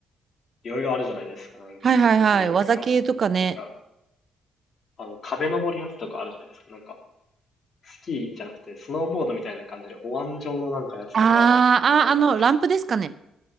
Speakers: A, on the left; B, on the right.
A: いろいろあるじゃないですか、なんかトトリックが。
B: はいはいはい。技系とかね。
A: なんか、あの、壁登りやつとかあるじゃないですか、なんか、スキーじゃなくて、スノーボードみたいな感じで、お椀状のなんかやつとかをやるやつあるんです。
B: あーあー、あの、ランプですかね。